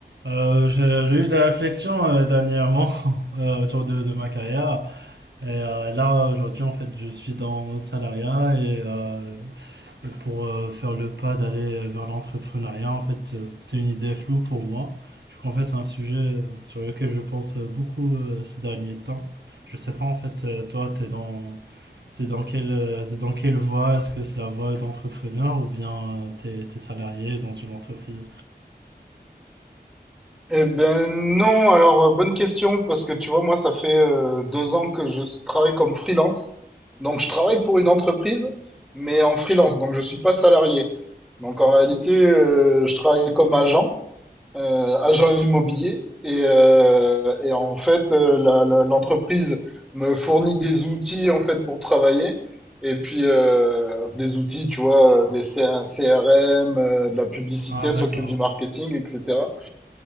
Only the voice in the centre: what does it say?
Eh ben non, alors euh, bonne question, parce que tu vois, moi, ça fait euh, deux ans que je travaille comme freelance. Donc, je travaille pour une entreprise, mais en freelance, donc je suis pas salarié. Donc, en réalité, euh, je travaille comme agent, euh, agent immobilier, et, euh, et en fait, euh, la- la- l'entreprise me fournit des outils, en fait, pour travailler. Et puis, euh, des outils, tu vois, des C- un CRM, euh, de la publicité,
s'occupe du marketing, etc.